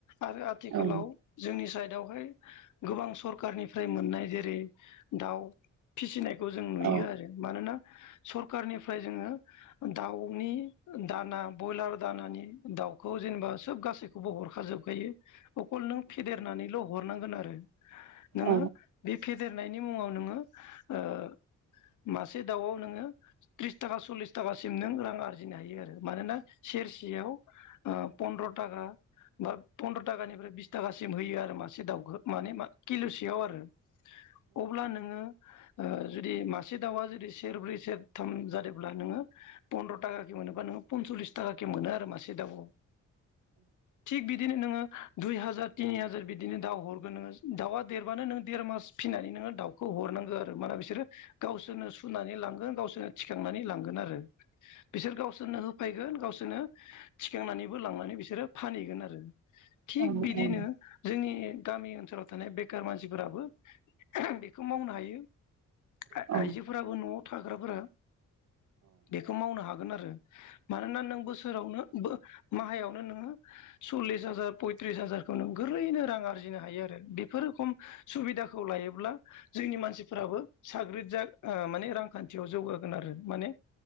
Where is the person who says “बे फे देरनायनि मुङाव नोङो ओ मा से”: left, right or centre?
Left